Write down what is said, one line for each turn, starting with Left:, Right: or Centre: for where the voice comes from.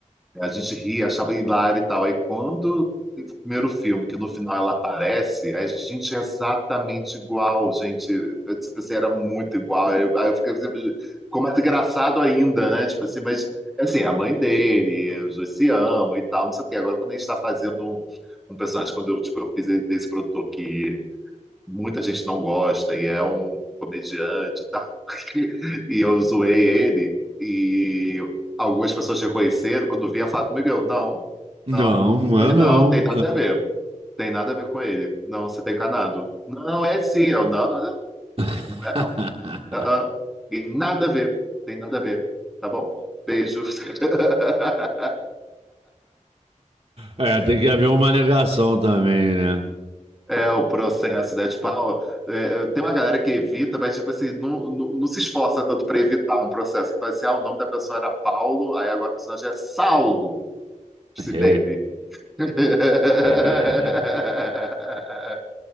Centre: a gente ria, achava hilário e tal. Aí quando tem o primeiro filme, que no final ela aparece, aí a gente, gente, é exatamente igual, gente. Eu, Tipo assim, era muito igual. Aí eu aí eu fiquei sempre. Ficou mais engraçado ainda, né? Tipo assim, mas assim, é a mãe dele, os dois se amam e tal, não sei o quê. Agora, quando a gente está fazendo um, um personagem, quando eu, tipo, eu fiz desse produtor que muita gente não gosta e é um comediante e tal. <laughs> E eu zoei ele e algumas pessoas reconheceram quando vinha falar comigo, eu, não, não,
Right: Não, não
Centre: não foi,
Right: é não.
Centre: não, tem nada a ver. Tem nada a ver com ele. Não, você tá encanado. Não, não, é sim. Eu, não, não, não,
Right: É, <laughs>
Centre: não é não. Ah, ah. Tem nada a ver. Tem nada a ver. Tá bom? Beijo. <laughs>
Right: É, tem que haver uma negação também, né?
Centre: É o processo, né? Tipo, ah, ó, é, é, tem uma galera que evita, mas tipo assim, não, não, não se esforça tanto para evitar um processo. Que fala assim, ah, o nome da pessoa era Paulo, aí agora o personagem é Saulo, se
Right: É, é,
Centre: baby.
Right: é, é,
Centre: <laughs>
Right: é, é, é. É, é, é.